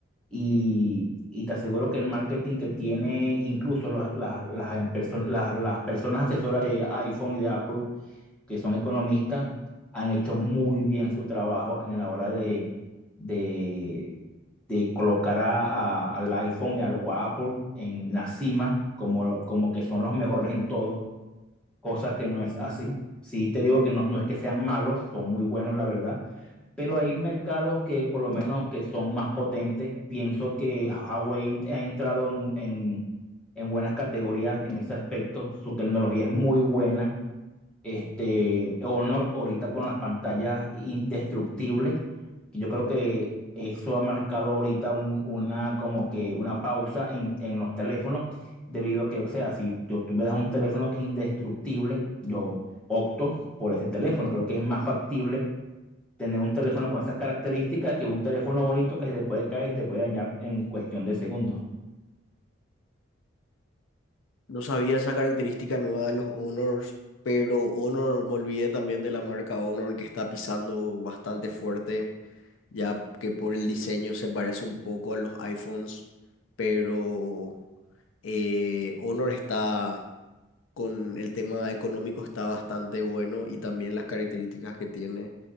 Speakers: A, in the centre; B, on the left.
A: y, y te aseguro que el marketing que tiene incluso los- las, las en perso- las- las personas asesoras de iPhone y de Apple, que son economistas, han hecho muy bien su trabajo en la hora de, de, de colocar a- a- al iPhone y al, o a Apple en la cima, como, como que son los mejores en todo cosa que no es así. Sí te digo que no, no es que sean malos, son muy buenos, la verdad, pero hay mercados que por lo menos que son más potentes. Pienso que Huawei ha entrado en, en en buenas categorías en ese aspecto. Su tecnología es muy buena. Este, Honor ahorita con las pantallas indestructibles, que yo creo que eso ha marcado ahorita un- una como que una pausa en, en los teléfonos, debido a que, o sea, si yo, tú me das un teléfono indestructible, yo opto por ese teléfono. Creo que es más factible tener un teléfono con esas características que un teléfono bonito que se te puede caer y se te puede dañar en cuestión de segundos.
B: No sabía esa característica nueva de los Honors, pero Honor, me olvidé también de la marca Honor que está pisando bastante fuerte, ya que por el diseño se parece un poco a los iPhones, pero eh, Honor está con el tema económico está bastante bueno y también las características que tiene,